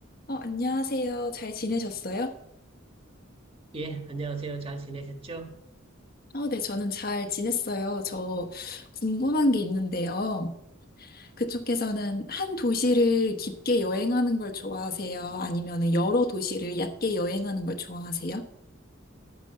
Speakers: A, on the left; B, on the right.
A: 어, 안녕하세요. 잘 지내셨어요?
B: 예, 안녕하세요. 잘 지내셨죠?
A: 어, 네, 저는 잘 지냈어요. 저 궁금한 게 있는데요. 그쪽에서는 한 도시를 깊게 여행하는 걸 좋아하세요? 아니면 여러 도시를 얕게 여행하는 걸 좋아하세요?